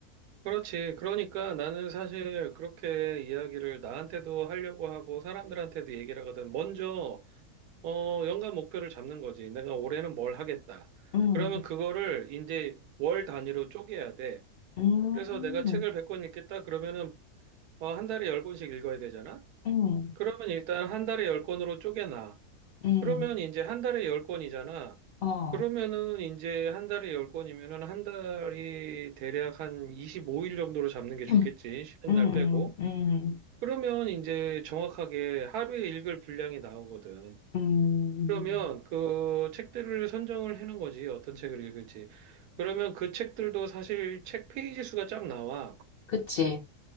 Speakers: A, on the right; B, on the left.
A: 그렇지. 그러니까 나는 사실 그렇게 이야기를 나한테도 하려고 하고 사람들한테도 얘기를 하거든. 먼저 어 연간 목표를 잡는 거지. 내가 올해는 뭘 하겠다.
B: 음,
A: 그러면 그거를 이제 월 단위로 쪼개야 돼.
B: 음,
A: 그래서 내가 책을 100권 읽겠다. 그러면은 어, 한 달에 10권씩 읽어야 되잖아.
B: 음,
A: 그러면 일단 한 달에 10권으로 쪼개놔.
B: 음,
A: 그러면 이제 한 달에 열건이잖아
B: 어.
A: 그러면은 이제 한 달에 열건이면은한 달이 대략 한 25일 정도로 잡는
B: <clears throat>
A: 게 좋겠지.
B: 음,
A: 쉬는
B: 음,
A: 날 빼고.
B: 음.
A: 그러면 이제 정확하게 하루에 읽을 분량이 나오거든.
B: 음,
A: 그러면 그 책들을 선정을 해놓은 거지. 어떤 책을 읽을지. 그러면 그 책들도 사실 책 페이지 수가 쫙 나와.
B: 그치.